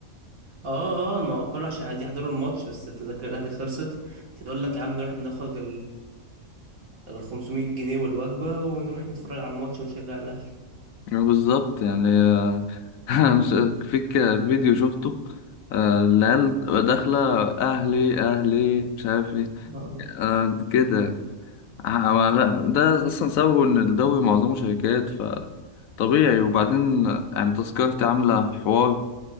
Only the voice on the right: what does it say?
اه اه ما هو كله عشان عايز يحضروا الماتش بس التذاكر الاهلي خلصت تقول لك يا عم نروح ناخد ال 500 جنيه والوجبة ونروح نتفرج على الماتش ونشجع الأهلي
مم.
آه.